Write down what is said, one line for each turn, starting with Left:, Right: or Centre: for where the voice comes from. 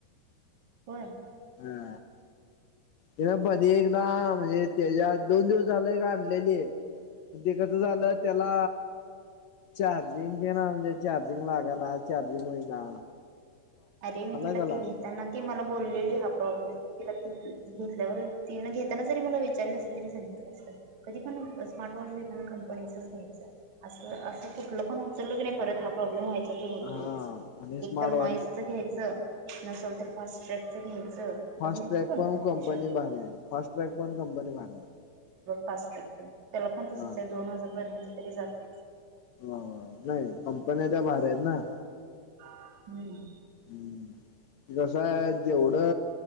Right: होय..
Left: हा ते पधी एकदा म्हणजे, त्याच्यात दोन दिवस झालय का आणलेलीण ते कसं झालं त्याला, चार्जिंग ज ना म्हणजे चार्जिंग लागा ना चार्जिंग होई ना,
Right: अरे मी तिला
Left: त्याला
Right: ते घेत. त्यांना ती मला बोललेली हा प्रॉब्लेम आहे. तिला घेत घेतल्यावर घेताना जरी मला विचारली असली तरी सांगितल. कधी पण स्मार्ट वॉच. कंपनीच घ्यायच अस अस कुठ पण उतलं की नाही, परत हा प्रॉब्लेम व्हायचा त होतो
Left: हा आणि स्मार्ट
Right: एक तर
Left: वॉच
Right: नॉईस, घ्यायच नसल तर फास् ट्रॅकचं घ्यायचं. आता
Left: फस्ट
Right: भरपूर
Left: ट्रॅक पण कंपनी
Right: तशा
Left: भारी फस् ट्रॅक पण कंपनी भारी आहे.
Right: पास करत्यात त्याला पण तसच
Left: हा
Right: आहे दोन हजारपर्यंत तरी जाते.
Left: हो नाही कंपन्या त्या भारी आहेत ना,
Right: <unintelligible>
Left: हम्म कसं हाय जेवढ,